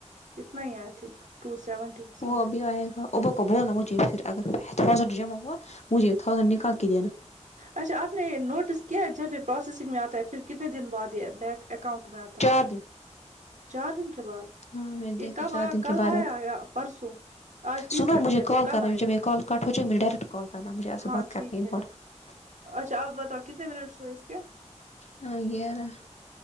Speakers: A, on the right; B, on the left.
A: اتنا ہی I think two seventy some
B: وہ ابھی
A: تھنگ
B: آئے گا آبا کو بولنا مجھے پھر اگر تھاؤزینڈ جمع ہوا مجھے تھاؤزینڈ نکال کے دینا
A: اچھا آپ نے یہ نوٹس کیا ہے جب یہ پروسیسنگ میں آتا ہے پھر کتنے دن بعد یہ بینک اکاؤنٹ میں آتا ہے
B: <unintelligible>
A: چار دن کے بعد
B: ہاں میں نے
A: یہ
B: دیکھا
A: کب
B: چار
A: آیا
B: دن
A: کل
B: کے بعد
A: آیا
B: آتا
A: یا پرسوں آج تیسرا
B: سنو مجھے
A: دن ہے
B: کال
A: تو کل
B: کر رہے
A: آئے
B: ہیں جب
A: گا
B: میں یہ کال کٹ ہو جائے مجھے ڈریکٹ کال کرنا مجھے آپ سے
A: ہاں
B: بات کرنی
A: ٹھیک
B: امپٹنٹ
A: ہے اچھا آپ بتاؤ کتنے منٹس ہوے اس کے
B: ہاں گیارہ